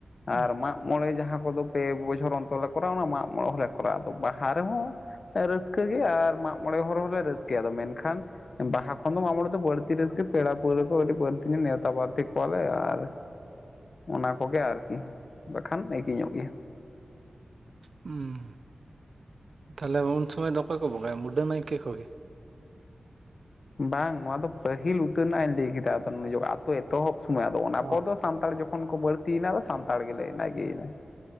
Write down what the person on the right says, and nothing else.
ᱦᱩᱸ
<inaudible>
ᱦᱩᱸ ᱛᱟᱦᱚᱞᱮ ᱩᱱ ᱥᱚᱢᱚᱭ ᱫᱚ ᱚᱠᱚᱭ ᱠᱚ ᱵᱚᱜᱟᱭᱟ ᱢᱩᱰᱟᱹ ᱱᱟᱭᱠᱮ ᱠᱚᱜᱮ
ᱚ